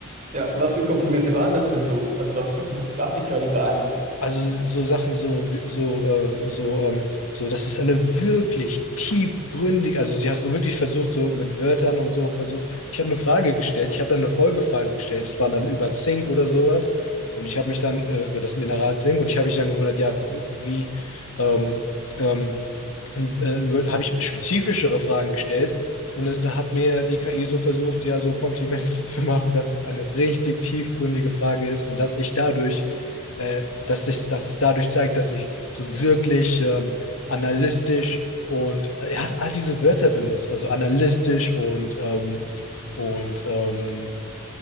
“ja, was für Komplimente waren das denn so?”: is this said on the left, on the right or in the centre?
Right